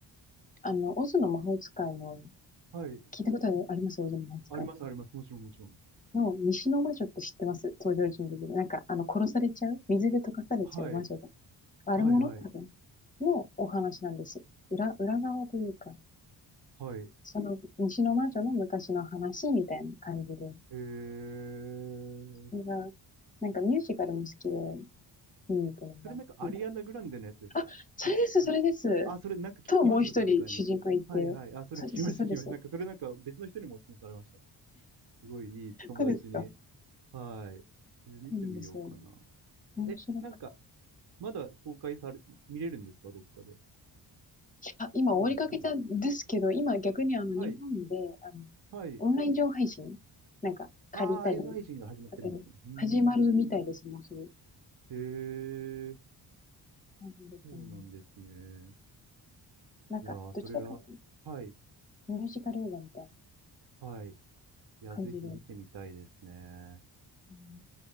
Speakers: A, on the left; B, on the right.
A: あの、オズの魔法使いの、
B: はい。
A: 聞いたことありますオズの魔法使い。
B: あります、あります。もちろん、もちろん。
A: の、西の魔女って知ってます登場人物で。なんか、あの、殺されちゃう水で溶かされちゃう魔女が。
B: はい。
A: 悪者多分。
B: はい、はい。
A: のお話なんです。裏、裏側というか、
B: はい。
A: その西の魔女の昔の話みたいな感じで。
B: えー。
A: それが、なんかミュージカルも好きで見に行くのがいい。
B: それなんかアリアナ・グランデのやつですかちあ、
A: あ、それです、それです。
B: あ、それなんか聞きました、
A: と、もう一人主人公いて。
B: 誰かに。はいはい。あ、それ聞きました、
A: そうです、そうです。
B: 聞きました。
A: そ
B: なんかそれなんか別の人にもお勧めされました。すごいいい友達に。
A: うですか。
B: はい。えー見てみようかな。
A: そうなんですよ。面白く。
B: え、なんか、まだ公開され、見れるんですかどっかで。
A: あ、今終わりかけたんですけど、
B: もう見れない。
A: 今逆にあの日本で、
B: はい。
A: あの、
B: はい。
A: オンライン上配信なんか借りたり、
B: ああ、映画配信が始まってるんですね。
A: 勝手に始まるみたいです、
B: うーん。
A: もうすぐ。
B: へえ、
A: なんでかな
B: そうなんですね。
A: なんか、
B: いやー、
A: どちらかと
B: それが、はい。
A: ミュージカル映画みたいな
B: はい。いや、
A: 感じで、
B: ぜひ見てみたいですね。
A: うん